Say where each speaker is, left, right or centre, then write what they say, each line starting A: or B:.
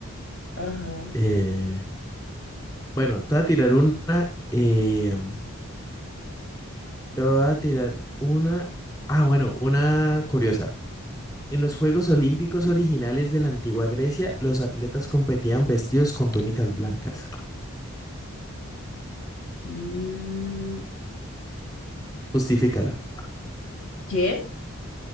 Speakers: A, on the left (about 65°); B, on the left (about 15°).
A: Ajá.
B: Eh, bueno, te voy a tirar una. eh, Te voy a tirar una. Ah, bueno, una curiosa. En los Juegos Olímpicos originales de la antigua Grecia, los atletas competían vestidos con túnicas blancas.
A: Mm,
B: Justifícala.
A: ¿qué?